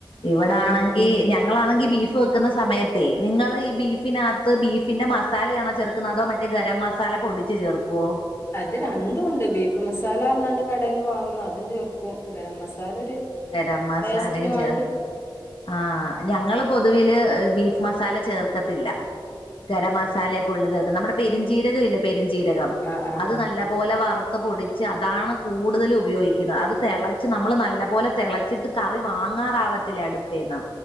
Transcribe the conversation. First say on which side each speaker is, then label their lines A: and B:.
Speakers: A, on the left (about 80°); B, on the left (about 30°).
A: ഇവടാണങ്കി
B: പിന്നെ
A: ഞ ഞങ്ങളാണെങ്കി ബീഫ് വെക്ക്ണ സമയത്തെ നിങ്ങള് ഈ ബീഫിനകത്ത് ബീഫിന്റെ മസാലയാണോ ചേർക്കുന്നെ അതോ മ പിന്നെ ഗരം മസാല പൊടിച്ച് ചേർക്കോ?
B: അത് രണ്ടുംണ്ട്, ബീഫ് മസാലാന്നറഞ്ഞാണ്ട് കടെന്ന് വാങ്ങ്ണ അതും ചേർക്കും ഗരം മസാല ടേസ്റ്റ്‌ന്
A: ഗരം മസാലയും
B: വാണ്ടി
A: ചേർ ആഹ്, ഞങ്ങള് പൊതുവില് ബീഫ് മസാല ചേർക്കത്തില്ല. ഗരം
B: അത് ശരി
A: മസാലെക്കെ ഒള്ളത് ചേർക്കും. നമ്മുടെ പെരുംജീരകമില്ലേ പെരുംജീരകം
B: ആഹ് ആഹ്
A: അത്
B: ആഹ്
A: നല്ല പോലെ വർ ത്പൊടിച്ച് അതാണ് കൂടുതൽ ഉപയോഗിക്കുകഅത് തിളച്ച് നമ്മൾ നല്ല പോലെ തിളച്ചിട്ട് കറി വാങ്ങി ങ്ങാറാവത്തില അടുപ്പേന്ന്